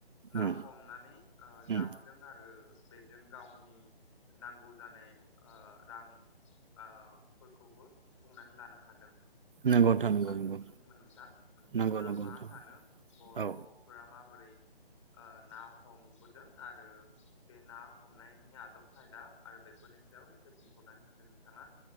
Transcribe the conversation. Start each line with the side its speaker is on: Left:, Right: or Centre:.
Left: ना
Right: उम
Left: हमनानै ओ जाबोदों
Right: उम
Left: आरो। बेजों गावनि नांगौ जानाय ओ रां ओ फोरखौबो सुफुंनानै लानो हादों।
Right: नंगौ नोंथां नंगौ
Left: आं
Right: नंगौ
Left: बेखौनो बुंगोन नोंथां नोंथाङा
Right: नंगौ नंगौ
Left: मा
Right: नोंथां
Left: सानो बर'फोरा
Right: औ
Left: माबोरै ओ ना हमबोदों आरो बे ना हमनायनि आदब खायदा आरो बेफोरनि सायाव एसे बुंफुरनानै होदो नोंथाङा।